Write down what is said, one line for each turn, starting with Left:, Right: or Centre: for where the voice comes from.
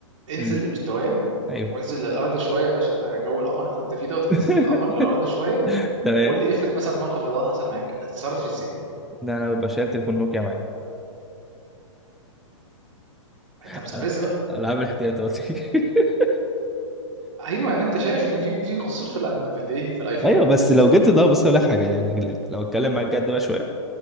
Right: انزل
Centre: امم
Right: لمستوايا
Centre: ايوه
Right: وانزل للارض شويه بلاش انت جو القمر اللي انت فيه دوت انزل
Centre: <laughs>
Right: للقمر للارض شويه
Centre: تمام
Right: وقول لي افرض مثلا موقف دوت حصل معاك هتتصرف ازاي
Centre: ده انا ببقى شايل تليفون نوكيا معايا
Right: انت
Centre: أنا-
Right: مستفز بقى
Centre: العاب الاحتياطاتي <laughs>
Right: ايوه يعني انت شايف ان في في قصور في الأند... في الايه في الايفون
Centre: ايوه بس لو جيت ده بص اقول لك حاجه يعني لو اتكلم معاك جد بقى شويه